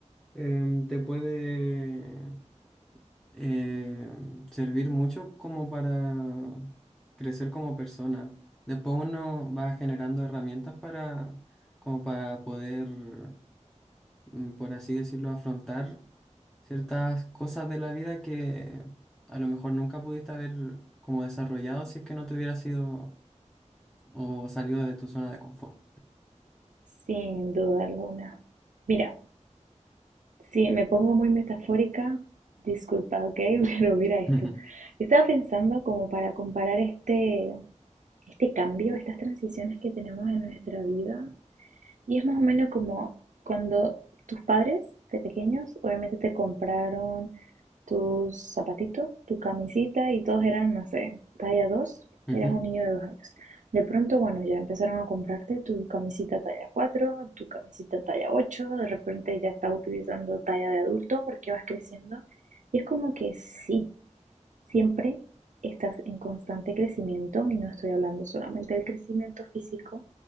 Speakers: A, in the centre; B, on the right.
A: em, te puede eh, servir mucho como para crecer como persona. Después uno va generando herramientas para, como para poder, mm, por así decirlo, afrontar ciertas cosas de la vida que a lo mejor nunca pudiste haber como desarrollado si es que no te hubieras sido o salido de tu zona de confort.
B: Sin duda alguna. Mira, Si me pongo muy metafórica, disculpa, ¿ok? <laughs> Pero mira esto.
A: <laughs>
B: estaba pensando como para comparar este, este cambio, estas transiciones que tenemos en nuestra vida. Y es más o menos como cuando tus padres de pequeños obviamente te compraron tus zapatitos, tu camisita y todos eran, no sé, talla 2,
A: Ujú,
B: eras un niño de 2 años. De pronto, bueno, ya empezaron a comprarte tu camisita talla 4, tu camisita talla 8, de repente ya estás utilizando talla de adulto porque vas creciendo. Y es como que sí, siempre estás en constante crecimiento y no estoy hablando solamente del crecimiento físico,